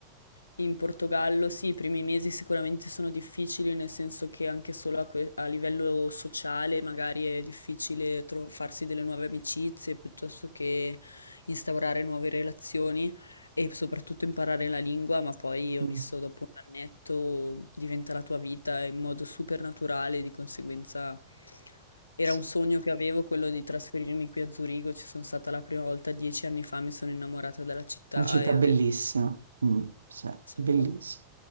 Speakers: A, on the left; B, on the right.
A: in Portogallo, sì, i primi mesi sicuramente sono difficili, nel senso che anche solo a, que- a livello sociale magari è difficile tro- farsi delle nuove amicizie piuttosto che instaurare nuove relazioni e soprattutto imparare la lingua, ma poi ho
B: Mm,
A: visto dopo un annetto diventa la tua vita in modo super naturale, di conseguenza. Era
B: sì.
A: un sogno che avevo quello di trasferirmi qui a Zurigo, ci sono stata la prima volta dieci anni fa, mi sono innamorata della città
B: Una città
A: e
B: bellissima,
A: ho detto
B: Mm, sì,
A: assolutamente.
B: bellissima.